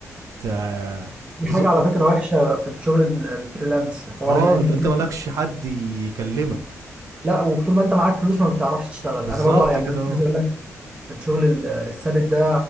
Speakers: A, on the right; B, on the right.
A: ت-
B: دي
A: تزق
B: حاجة على فكرة وحشة في الشغل ال- الفريلانس حوار
A: اه
B: ان انت
A: اللي
B: <laughs>
A: انت مالكش حد يكلمك
B: لا وطول ما انت معاك فلوس ما بتعرفش تشتغل
A: بالظبط
B: انا برضو يعني
A: كده
B: انا
A: اه
B: عايز اقول لك الشغل ال- الثابت ده